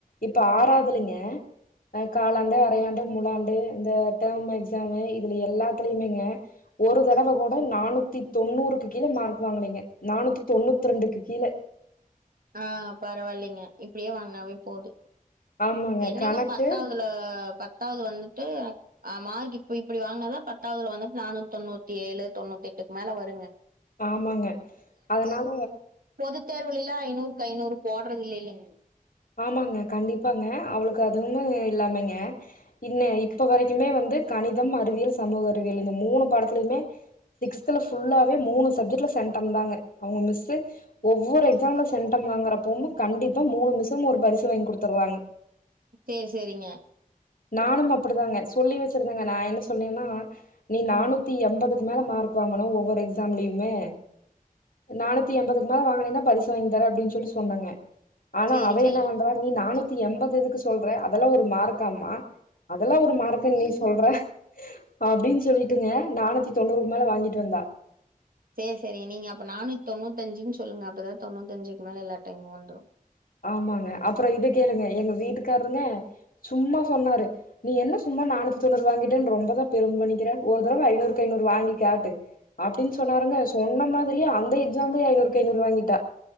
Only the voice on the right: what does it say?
ஆ பரவால்லைங்க இப்டியே வாங்கினாவே போது
என்னங்க
பத்தாவ்துல பத்தாவ்து வந்துட்டு ஆ மார்க் இப்ப இப்டி வாங்னாதா பத்தாவ்துல வந்துட்டு நானூத்தி தொண்ணூத்தி ஏழு தொண்ணூத்தி எட்டுக்கு மேல வருங்க
பொது தேர்வுலைல்லா ஐநூறுக்கு ஐநூறு போடுறது இல்லைலங்க
சேரி செரிங்க
சரிங்க.
சேர் சேரிங்க நீங்க அப்ப நானூத் தொண்ணூத்தஞ்சுன் சொல்லுங்க அப்பதா தொண்ணூத்தஞ்சுக்கு மேல எல்லா டைமு வந்துரு.